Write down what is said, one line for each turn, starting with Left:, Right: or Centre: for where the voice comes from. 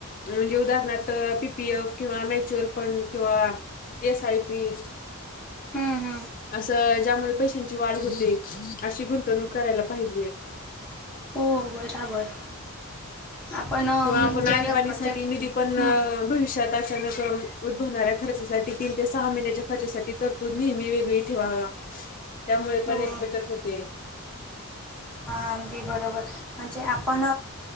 Left: म्हणजे उदाहरणार्थ पी पी एफ किंवा म्युच्युअल फंड किंवा एस आय पी
Centre: हम्म हम्म
Left: असं त्यामुळें पैशांची वाढ होते अशी गुंतवणूक करायलां पाहिजे.
Centre: हो बराबर. आपण अ
Left: किंवा आपणं
Centre: जर
Left: आणीबाणी
Centre: बजेट
Left: साठी निधी पणं
Centre: हम्म
Left: भविष्यांत <unintelligible> उद्भवणाऱ्या खर्चासाठी तीन ते सहा महिन्याच्या खर्चासाठी तरतूद नेहमी वेगळी ठेवावा. त्यामुळे पण
Centre: हो
Left: एक बचत होते.
Centre: अगदीं बरोबर म्हणजे आपण